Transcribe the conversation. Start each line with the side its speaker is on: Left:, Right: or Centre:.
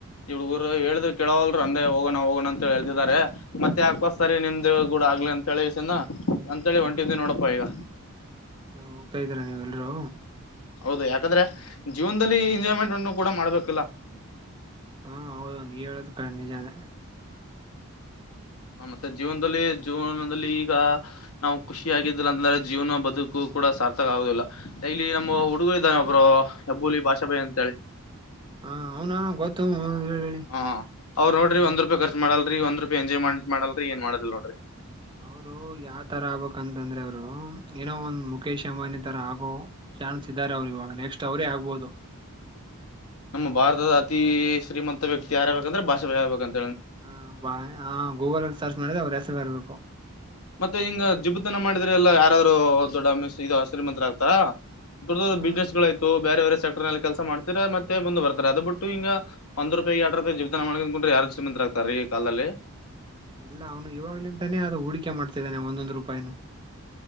Left: ಹುಡ್ಗರು ಹೇಳಿದ್ರರು ಕೆೇಳವಲ್ರು ಅಂದೇ ಹೋಗಣ ಹೋಗೋಣ ಅಂತ ಹೇತಿದಿದ್ದಾರೆ ಮತ್ತೆ ಯಾಕೋಸ್ತಾರಿ
Right: ಹ್ಮ್
Left: ನಿಮ್ದ ಗೂಡ ಆಗ್ಲಿ ಅಂತೇಳಿ ಚಿನ ಅಂತೇಳಿ
Right: ಹ್ಮ್
Left: ಹೊಂಟಿದವಿ ನೋಡಪ್ಪಾ ಈಗ
Right: ಹೋಗ್ತಾ ಇದ್ದೀರಾ ನೀವೆ ಎಲ್ರೂ
Left: ಹೌದು ಯಾಕಂದ್ರೆ ಜೀವನ್ದಲ್ಲಿ ಎಂಜಾಯ್ಮೆಂಟ್ ಅನ್ನು ಕೂಡ ಮಾಡ್ಬೇಕಲ್ಲ
Right: ಹಾ ಹೌದ ನೀವು ಹೇಳದ ನಿಜಾನೇ
Left: ಹ ಮತ್ತೆ ಜೀವನದಲ್ಲಿ ಜೀವನದಲ್ಲಿ ಈಗ ನಾವು ಖುಷಿ ಆಗಿದ್ದಿಲ್ಲ ಅಂದ್ರೆ ಜೀವನ ಬದುಕು ಕೂಡ ಸಾರ್ಥಕ ಆಗುದಿಲ್ಲ ಇಲ್ಲಿ ನಮ್ಮ ಹುಡುಗರು ಇದ್ದಾನೆ ಒಬ್ರು ಹೆಬ್ಬೂಲಿ ಭಾಷಾ ಬೈಿ ಅಂತೇಳಿ
Right: ಹ ಅವ್ನ ಗೊತ್ತು ಹೇಳಿ ಹೇಳಿ
Left: ಹೂ ಅವರ್ ನೋಡ್ರಿ
Right: ಹ
Left: ಒಂದ ರೂಪಾಯ ಖರ್ಚ ಮಾಡಲ್ರಿ ಒಂದ ರೂಪಾಯ ಎಂಜಾಯ್ ಮಾಡಲ್ರಿ ಏನ್ ಮಾಡದಿಲ್ ನೋಡ್ರಿ
Right: ಅವರು ಯಾವ ತರ ಆಗ್ಬಬೇಕಂತಂದ್ರೆ ಅವರು ಏನೋ ಒಂದ ಮುಖೇಶ್ ಅಂಬಾನಿ ತರ ಆಗೋ ಚಾನ್ಸ್ ಇದ್ದಾರೆ ಅವ್ರು ಇವಾಗ ನೆಕ್ಸ್ಟ್ ಅವರೇ ಆಗ್ಬಹದು
Left: ನಮ್ಮ ಭಾರತದ ಅತಿಶ್ರೀಮಂತ ವ್ಯಕ್ತಿ ಯಾರಬೇಕಂದ್ರೆ ಭಾಷಾ ಬೈ ಆಗ್ಬೇಕು ಅಂತೆ
Right: ಹ ಬಾ ಆ ಗೂಗಲ್ಲ್ಲಿ ಸರ್ಚ್ ಮಾಡಿದ್ರೆ ಅವ್ ಹೆಸರ ಬರ್ಬೇಕು
Left: ಮತ್ತೆ ಹಿಂಗ ಜಿಬತನ ಮಾಡಿದ್ರೆಲ್ಲ ಯಾರಾದ್ರು ದೊಡ್ಡದು ಶ್ರೀಮಂತ್ರರ ಆಗ್ತಾರಾ ದಡ್ ದೊಡ್ಡಿಸ್ನೆಸ್ಗಳ್ತು
Right: ಹ
Left: ಬೇರೆ ಬೇರೆ ಸೆಕ್ಟರ್ ನಲ್ಲಿ ಕೆಲಸ ಮಾಡ್ತಾರೆ ಮತ್ತೆ ಮುಂದೆವಾರ್ಡು ಅದು ಬಿಟ್ಟುಿಂಗ ಒಂದ್ೂಪಾಯಿ ಎಡರು ರೂಪಾಯ ಜವನ ಮಾಡ್ಕೊಂಡ್ರೆ ಯಾರ್ ಶ್ರೀಮಂತ ಆಗ್ತಾರೆ ಈ ಕಾಲದಲ್ಲಿ
Right: ಇಲ್ಲ ಅವನು ಇವಾಗ್ಲಂತಾನೇ ಅದು ಹೂಡಿಕೆ ಮಾಡ್ತಿದ್ದಾನೆ ಒಂದೊಂದು ರೂಪಾಯಿನು